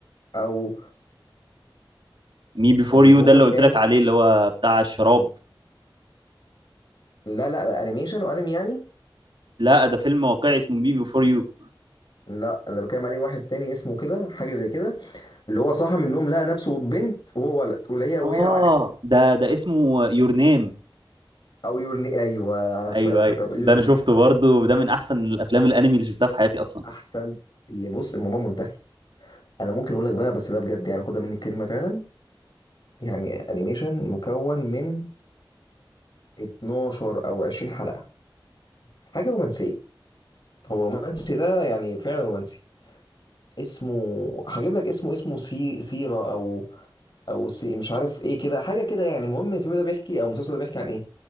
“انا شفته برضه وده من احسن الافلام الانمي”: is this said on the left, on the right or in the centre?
Right